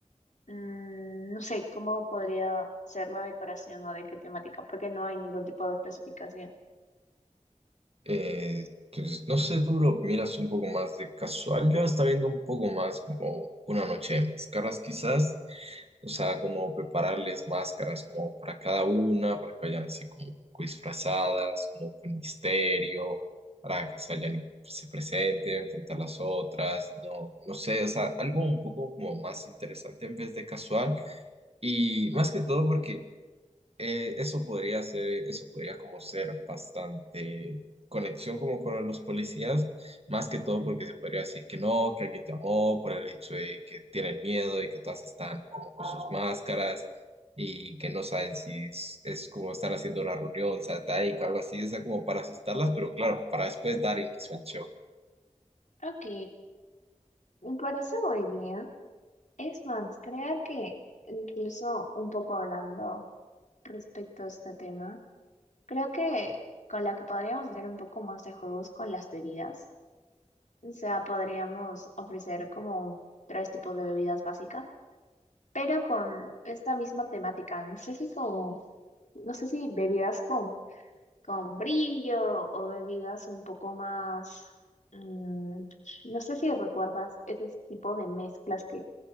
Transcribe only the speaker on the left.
mm, no sé cómo podría ser la decoración o de qué temática, porque no hay ningún tipo de especificación.
Ok, me parece muy bien. Es más, creo que incluso un poco hablando respecto a este tema, creo que con la que podríamos hacer un poco más de juegos con las bebidas O sea, podríamos ofrecer como tres tipos de bebidas básicas, pero con esta misma temática. No sé si como, no sé si bebidas con, con brillo o bebidas un poco más, mm, no sé si recuerdas ese tipo de mezclas que